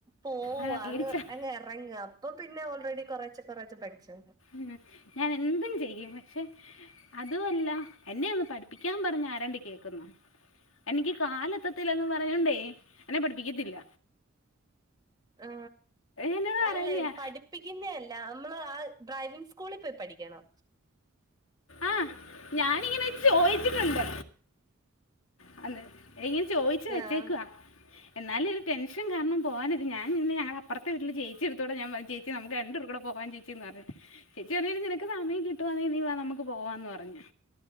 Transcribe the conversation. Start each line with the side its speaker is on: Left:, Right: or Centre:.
Right: പോവ
Left: അതാ
Right: അങ്ങ്
Left: പേടിച്ച
Right: അങ്ങ് ഇറങ്ങുവ അപ്പൊ പിന്നെ ഓൾറെഡി കൊറച്ച കൊറച്ച പഠിച്ചണ്ട്
Left: ഉം. ഞാൻ എന്തും ചെയ്യും പക്ഷെ അതുമല്ല എന്നെ ഒന്ന് പഠിപ്പിക്കാൻ പറഞ്ഞഞ് ആരാണ്ട് കേൾക്കുന്നു എനിക്ക് കാലത്തത്തിന്ന് പറഞ്ഞോണ്ടേ എന്നെ പഠിപ്പിക്കത്തില്ല
Right: ആ
Left: എന്നോട് പറയുന്നയാ
Right: അല്ല പഠിപ്പിക്കുന്നേ അല്ല നമ്മള് ആ ഡ്രൈവിങ് സ്കൂളിൽ പോയി പഠിക്കണംോ
Left: ആഹ ഞാനിങ്ങനെ ചോദിച്ചിട്ടുണ്ട് അ എങ്ങനെ ചോയിിച്ചു വെച്ചേക്കവാ
Right: ആഹ്
Left: എന്നാല ഒരു ടെൻഷ കാരണം പോകാനത് ഞൻ ഞൾ അപ്പറത്തെ വീട്ട ജയിച്ച എടുത്തൂടെ ഞാ ജയിച്ച നമക്ക് രണ്ടൂ കൂ പോകാൻ ജ ചച്ചി പറ ചേച്ചി പറ നിനക്ക് സമയം കിട്ടുവാന്നീ വ നമുക്ക് പോവാന്ന് പറഞ്ഞു